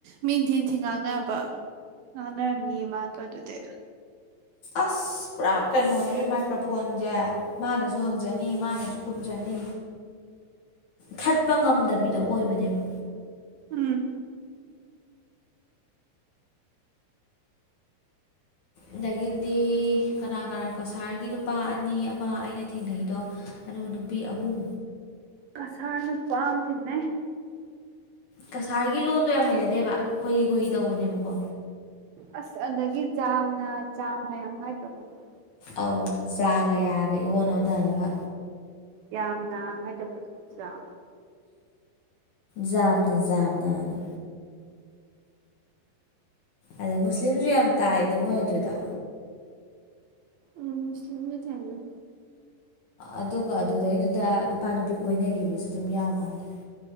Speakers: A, on the right; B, on the left.
A: ꯃꯤꯊꯤꯅ ꯊꯤꯅ ꯉꯥꯡꯅꯕ ꯉꯥꯡꯅꯅꯤꯌꯦ ꯃꯥꯗꯣ ꯑꯗꯨꯗꯤ
B: ꯑꯁ ꯄꯨꯔꯥ ꯀꯩꯅꯣꯅꯦꯕ ꯃꯥꯏꯀ꯭ꯔꯣꯐꯣꯟꯁꯦ ꯃꯥꯅꯁꯨ ꯍꯪꯖꯅꯤ ꯃꯥꯅꯁꯨ ꯈꯨꯝꯖꯅꯤ ꯊꯠꯄ ꯉꯝꯗꯕ ꯗꯣ ꯑꯣꯢꯕꯅꯦꯕ
A: ꯎꯝ
B: ꯑꯗꯒꯤꯗꯤ ꯀꯅꯥ ꯀꯅꯥ ꯀꯁꯥꯔꯒꯤ ꯅꯨꯄꯥ ꯑꯅꯤ ꯑꯃ ꯑꯩꯅ ꯊꯦꯡꯅꯩꯗꯣ ꯑꯗꯨꯒ ꯅꯨꯄꯤ ꯑꯍꯨꯝ
A: ꯀꯁꯥꯔ ꯅꯨꯄꯥ ꯑꯃ ꯊꯦꯡꯅꯩ
B: ꯀꯁꯥꯔꯒꯤ ꯂꯣꯟꯗꯣ ꯌꯥꯝ ꯍꯩꯅꯗꯦꯕ ꯈꯣꯏꯔꯤ ꯈꯣꯏꯔꯤ ꯇꯧꯕꯅꯦꯕꯀꯣ
A: ꯑꯁ ꯑꯗꯒꯤ ꯖꯥꯝꯅ ꯖꯥꯝꯅ ꯌꯥꯝ ꯍꯥꯏꯗ꯭ꯔ ꯃꯣꯢꯗꯣ
B: ꯑꯥꯎ ꯆꯥꯒ ꯌꯥꯒ ꯏꯋꯣꯟ ꯑꯣꯅꯔꯒ
A: ꯌꯥꯝꯅ ꯍꯥꯏꯗꯧꯕꯗꯨ ꯖꯥꯝꯅ
B: ꯖꯥꯝꯅ ꯖꯥꯝꯅꯅ ꯑꯗꯩ ꯃꯨꯁꯂꯤꯝꯁꯨ ꯌꯥꯝ ꯇꯥꯏꯗ ꯃꯣꯏ ꯑꯗꯨꯗ
A: ꯎꯝ ꯃꯨꯁꯂꯤꯝ ꯊꯦꯡꯅꯩ
B: ꯑꯗꯨꯒ ꯑꯗꯨꯗꯩꯗꯨꯗ ꯅꯨꯄꯥ ꯅꯨꯄꯤ ꯀꯣꯏꯅꯈꯤꯕꯁꯨ ꯑꯗꯨꯝ ꯌꯥꯎ ꯃꯥꯜꯂꯦ